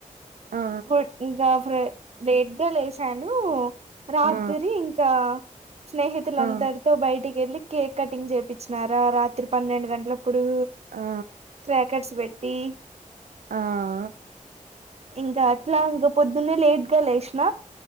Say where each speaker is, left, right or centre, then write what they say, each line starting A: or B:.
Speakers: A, on the right; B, on the right.
A: ఆ
B: గు ఇంకా లేట్గా లేసాను రాత్రి
A: ఆ
B: ఇంకా స్నేహితులు అందరితో
A: ఆ
B: బయటికి వెళ్ళి కేక్ కటింగ్ చేపిచ్చినారా రాత్రి పన్నెండు గంటలకు ఇప్పుడు
A: ఆ
B: <unintelligible> పెట్టి
A: ఆ ఆ
B: ఇంకా అట్లా ఇంకా పొద్దున్నే లేట్గా లేసిన